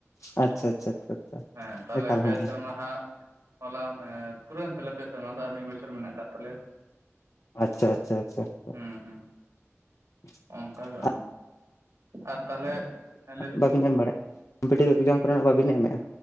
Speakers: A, on the left; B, on the right.
A: ᱟᱪᱪᱷᱟ ᱟᱪᱪᱷᱟ ᱟᱪᱪᱷᱟ
B: ᱦᱮᱸ ᱛᱟᱦᱞᱮ
A: ᱮᱠᱟᱞ
B: ᱯᱮ
A: ᱦᱮᱸ
B: ᱥᱮᱨᱢᱟ ᱦᱟᱸᱜ ᱦᱚᱞᱟ ᱯᱩᱨᱟᱹᱣ ᱮᱱ ᱛᱟᱞᱮ ᱯᱮ ᱥᱮᱨᱢᱟ ᱫᱚ ᱟᱨ ᱢᱤᱫ ᱵᱚᱪᱷᱚᱨ ᱢᱮᱱᱟᱜ ᱟᱠᱟᱫ ᱛᱟᱞᱮᱭᱟ
A: ᱟᱪᱪᱷᱟ ᱟᱪᱪᱷᱟ ᱟᱪᱪᱷᱟ
B: ᱦᱩᱸ ᱦᱩᱸ
A: <unintelligible>
B: ᱚᱱᱠᱟ ᱜᱮ ᱟᱨ ᱛᱟᱦᱚᱞᱮ ᱦᱮᱸ ᱞᱟᱹᱭ ᱵᱤᱱ
A: ᱵᱟᱵᱤᱱ ᱮᱢ ᱵᱟᱲᱟᱭᱟᱜᱼᱟ ᱠᱚᱢᱯᱮᱴᱤᱵᱷ ᱮᱠᱡᱟᱢ ᱠᱚᱨᱮᱱᱟᱜ ᱵᱟᱵᱤᱱ ᱮᱢᱮᱜᱼᱟ